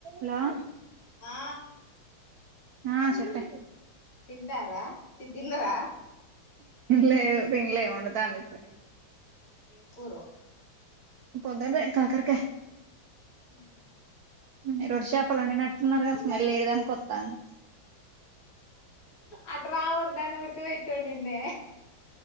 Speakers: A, on the right (about 80°); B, on the left (about 80°).
A: Hello
B: ఆ
A: ఆ చెప్పే
B: తింటారా చి తిన్నరా
A: లేదు తిన్లే వండుతాంది ఇప్పుడే
B: ఏం కూరో
A: పొద్దట్దే కాకరకాయ్
B: మ్ హు
A: మీరు వట్టి చేపలు వండి నట్టున్నారు గ స్మెల్ ఇది దాక ఒతంది
B: అట్ట రావద్దని ఉడకి వెట్డి వండిన్నే